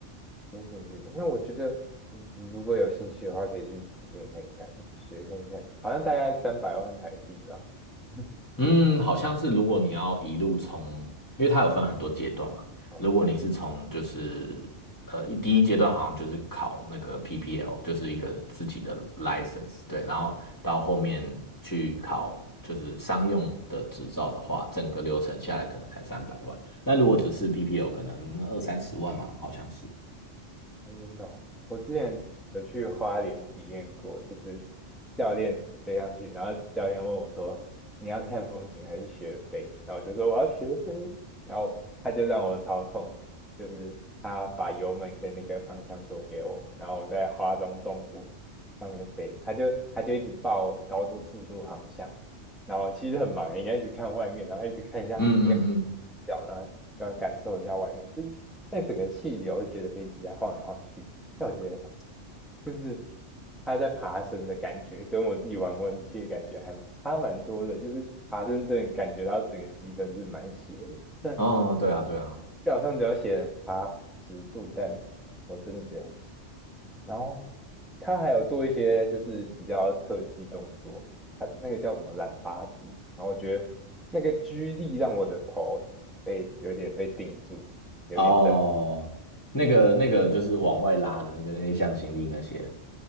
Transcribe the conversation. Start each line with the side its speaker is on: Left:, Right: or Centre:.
Centre: 没兴趣。那我觉得你你如果有兴趣的话，可以去体验看看，学看看，好像大概三百万台币吧。<laughs>
Left: 嗯，好像是如果你要一路从，因为它有分很多阶段嘛。
Centre: 好，
Left: 如果你是从就是呃一第一阶段好像就是考那个
Centre: 拜拜。
Left: PPL，就是一个自己的 license，对，然后到后面去考就是商用的执照的话，整个流程下来可能才三百万。那如果只是 PPL，可能二三十万嘛，好像是。
Centre: 哦真的哦，我之前有去花莲体验过，就是教练飞上去，然后教练问我说：“你要看风景还是学飞？”然后我就说：“我要学飞。”然后他就让我操控，就是他把油门跟那个方向舵给我，然后我在花东纵谷上面飞，他就他就一直报高度、速度、航向，然后其实很忙欸，你要一直看外面，然后一直看一下。
Left: 嗯嗯嗯，
Centre: 表呢。要感受一下外面，就是那整个气流，觉得飞机在晃来晃去。但我觉得就是它在爬升的感觉，跟我自己玩模拟器的感觉还差蛮多的。就是爬升真的感觉到整个机身是蛮斜的，虽然
Left: 哦，对啊对啊，
Centre: 表上只有写爬十度，但我真的觉得很斜。然后它还有做一些就是比较特技动作，它那个叫什么懒八字，然后我觉得那个居力让我的头被有点被定住。有点震
Left: 哦，那个那个就是往外拉的那个那些向心力那些。